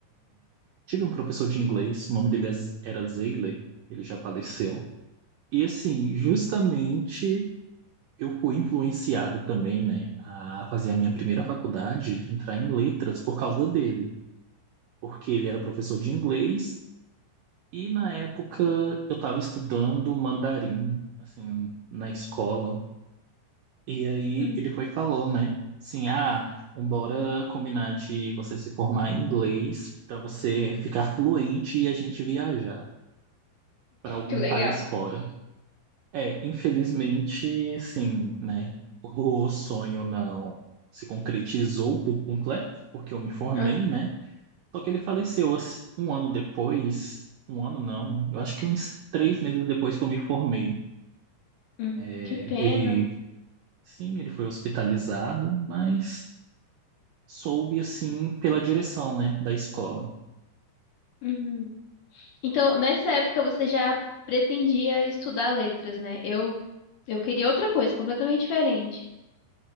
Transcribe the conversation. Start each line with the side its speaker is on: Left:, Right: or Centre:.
Right: tive um professor de inglês, o nome dele era Zeiler, ele já faleceu. E assim, justamente eu fui influenciado também, né, a fazer a minha primeira faculdade, entrar em letras por causa dele, porque ele era professor de inglês e na época eu estava estudando mandarim, assim, na escola. E aí
Left: Hum,
Right: ele foi e falou, né, assim, ah, bora combinar de você se formar em inglês para você ficar fluente e a gente viajar para algum
Left: que legal.
Right: país fora. É, infelizmente, sim, né? O sonho não se concretizou por completo, porque eu me formei,
Left: Ah,
Right: né? Só que ele faleceu assim, um ano depois, um ano não, eu acho que uns três meses depois que eu me formei.
Left: hum,
Right: É,
Left: que pena.
Right: ele, sim, ele foi hospitalizado, mas soube, assim, pela direção, né, da escola.
Left: Uhum. Então, nessa época você já pretendia estudar letras, né? Eu eu queria outra coisa, completamente diferente.